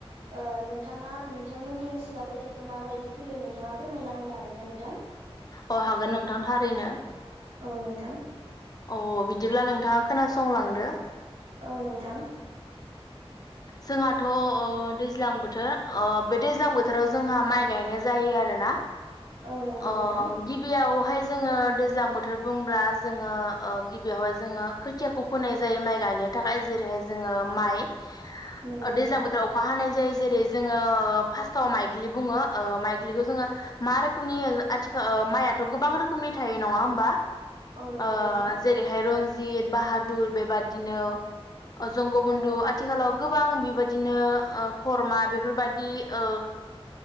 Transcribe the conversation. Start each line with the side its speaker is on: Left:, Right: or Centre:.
Right: ओ नोंथाङा नोंथांमोननि ओनसोलाव खैथाख माबायदि फैयो नोंथाङा फोरमायना होनो हागोन ना नोंथां?
Left: अ हागोन नोंथां थारैनो
Right: औ नोंथां
Left: अ बिदिब्ला नोंथाङा खोनासंलांदो
Right: औ नोंथां।
Left: जोंहाथ ओ दैज्लां बोथोर ओ बे दैज्लां बोथोराव जोंहा माइ गायनो जायो आरो ना।
Right: औ नंगौ
Left: अ
Right: नोंथां
Left: गिबियावहाय जोङो दैज्लां बोथोर बुंब्ला जोङो ओ गिबियावहाय जोङो खोथियाखौ फोनाय जायो माइ गायनो थाखाय जेरैहाय जोङो माइ
Right: नंगौ
Left: दैज्लां
Right: नोंथां
Left: बोथोराव अखा हानाय जायो। जेरै जोङो ओ फार्स्टआव माइग्लि बुङो। ओ माइग्लिखौ जोङो मा रोखोमनि आथिखा माइआथ गोबां रोखोमनि थायो नङा होमबा?
Right: औ नंगौ
Left: ओ
Right: नोंथां
Left: जेरैहाय रन्जित बाहादुर बे बिदिनो जंग बन्दु
Right: औ नंगौ
Left: आट आथिखालाव गोबां बेबायदिनो ओ खरमा बेफोरबायदि ओ